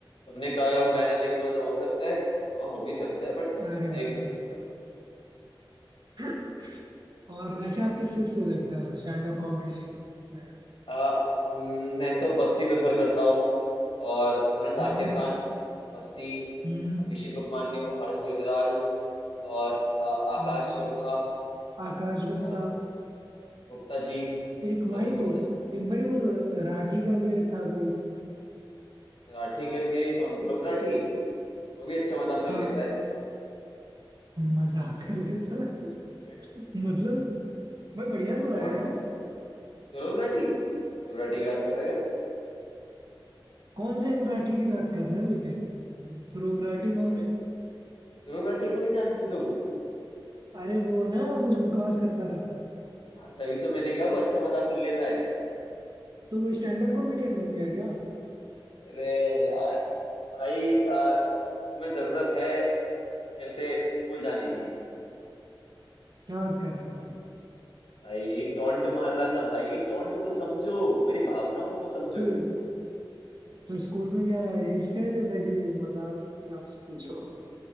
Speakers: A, on the left; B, on the right.
A: तुमने कहा है और मैं ना देखूं ऐसा हो सकता है हाँ हो भी सकता है बट
B: अरे भाई
A: देख लूंगा इस बार
B: <clears throat> और
A: <laughs>
B: वैसे आप किस चीज को देखते हो स्टैंड अप कॉमेडी में
A: आ, म, मैं तो बस्सी प्रेफर करता हूँ और अपने जाकिर
B: हम्म
A: खान बस्सी
B: हम्म
A: अभिषेक उपमन्यु हर्ष गुजराल और अ, आकाश
B: अ,
A: गुप्ता
B: आकाश गुप्ता
A: और गुप्ता जी
B: एक
A: अगर
B: भाई
A: तुम गुप्ता जी
B: एक भाई वो राठी करके था कोई
A: राठी करके कौन ध्रुव राठी वो भी अच्छा मजाक कर
B: हाँ
A: लेता
B: मजाक कर लेता
A: है
B: मतलब भाई बढ़िया तो
A: टॉन्ट
B: है यार
A: ध्रुव राठी ध्रुव राठी की बात कर रहे हो
B: कौन से हम राठी की बात कर रहे हैं लेकिन ध्रुव राठी
A: भाई
B: कौन है
A: ध्रुव राठी को नहीं जानते तुम
B: अरे वो ना वो जो बकवास करता रहता है
A: हाँ तभी तो मैंने कहा वो अच्छा मजाक कर लेता है
B: तो वो स्टैंड अप कॉमेडियन बन गया क्या
A: अरे यार भाई अ, तुम्हें जरूरत है फिर से स्कूल जाने की
B: क्या बात कर रहे हैं भाई
A: भाई टोंट मार रहा था भाई टोंट को समझो मेरी भावनाओं को समझो
B: तो, तो स्कूल में क्या यही सिखाया जाता है कि मजाक आप समझो